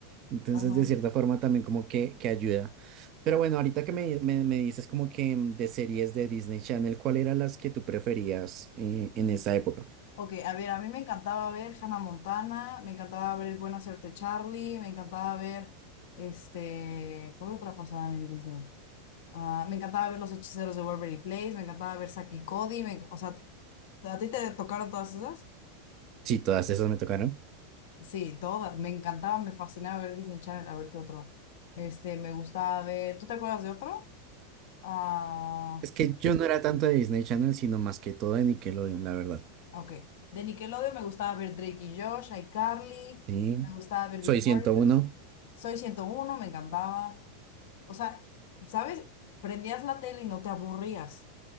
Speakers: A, on the right; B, on the left.
A: Entonces,
B: ajá.
A: de cierta forma también como que, que ayuda. Pero bueno, ahorita que me, me- me dices como que mm, de series de Disney Channel, ¿cuál eran las que tú preferías eh, en esa época?
B: Ok, a ver, a mí me encantaba ver Hannah Montana, me encantaba ver Buena Suerte Charlie, me encantaba ver, este, ¿cuál otra pasaban en Disney? Ah, me encantaba ver Los Hechiceros de Waverly Place, me encantaba ver Saki y Cody, me enc- o sea, ¿a ti te tocaron todas esas?
A: Sí, todas esas me tocaron.
B: Sí, todas, me encantaba, me fascinaba ver Disney Channel, a ver qué otro. Este, me gustaba ver, ¿tú te acuerdas de otro? Ah,
A: Es que yo no era tanto de Disney Channel, sino más que todo de Nickelodeon, la verdad.
B: ok. De Nickelodeon me gustaba ver Drake y Josh, iCarly,
A: Sí,
B: me gustaba ver Victorious,
A: soy 101.
B: Soy ciento uno me encantaba. O sea, ¿sabes? Prendías la tele y no te aburrías.